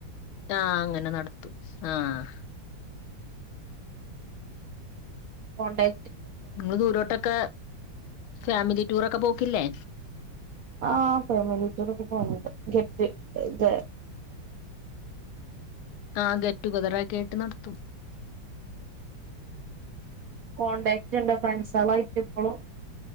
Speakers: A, on the left; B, on the right.
A: ആഹ് അങ്ങനെ നടത്തും ആഹ്
B: പോണ്ടേ
A: ങ്ങള് ദൂരോട്ടക്കെ ഫാമിലി റ്റൂറൊക്കെ പോക്കില്ലേ
B: ആഹ് ഫേമിലിറ്റൂറൊക്കെ പോകൽണ്ട് ഗറ്റ് ഗേ
A: ആഹ് ഗെറ്റുഗതറാക്കീട്ട് നട്ത്തും
B: കോൺടാക്റ്റ്ണ്ടോ ഫ്രണ്ട് സോളായിറ്റ്പ്പളും